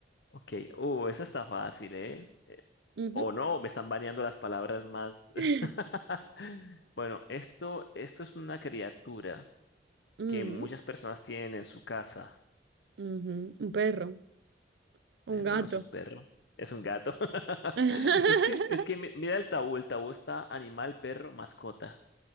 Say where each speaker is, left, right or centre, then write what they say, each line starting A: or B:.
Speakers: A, on the left; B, on the right.
A: Ok, uh, esa está fácil, ¿eh? Eh,
B: Ujú.
A: O no, me están baneando las palabras más.
B: <laughs>
A: <laughs> Bueno, esto, esto es una criatura.
B: Mm,
A: que muchas personas tienen en su casa.
B: ujú, Un perro, un
A: Eh,
B: gato.
A: no, no es un perro, es un gato. <laughs>
B: <laughs>
A: Es que, es que mi- mira el tabú, el tabú está animal, perro, mascota.